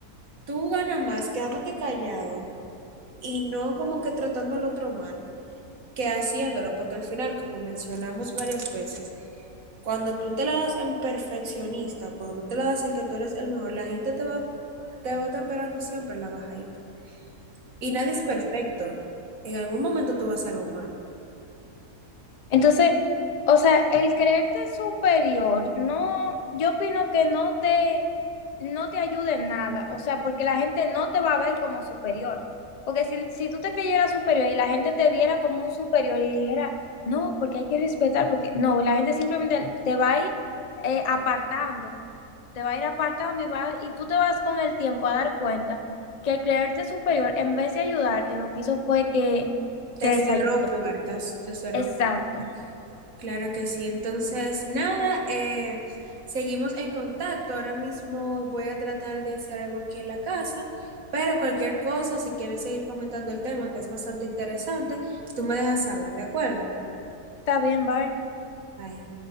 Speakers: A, on the right (about 60°); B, on the left (about 55°).
A: Tú ganas más quedándote callado y no como que tratando al otro mal, que haciéndolo, porque al final, como mencionamos varias veces, cuando tú te la das en perfeccionista, cuando tú te la das en que tú eres el mejor, la gente te va, te va a estar esperando siempre la bajadita. Y nadie es perfecto. En algún momento tú vas a hacer algo mal.
B: Entonces, o sea, el creerte superior, no, yo opino que no te, no te ayude en nada, o sea, porque la gente no te va a ver como superior. Porque si, si tú te creyeras superior y la gente te viera como un superior y dijera, no, porque hay que respetar, porque no, la gente simplemente te va a ir eh, apartando, te va a ir apartando y, va, y tú te vas con el tiempo a dar cuenta que el creerte superior, en vez de ayudarte, lo que hizo fue que
A: Te
B: te desayudó.
A: cerró puertas, te cerró
B: Exacto.
A: puertas. Claro que sí. Entonces, nada, eh, seguimos en contacto. Ahora mismo voy a tratar de hacer algo aquí en la casa, pero cualquier cosa, si quieres seguir comentando el tema, que es bastante interesante, tú me dejas saber, ¿de acuerdo?
B: Está bien, bye.
A: Bye.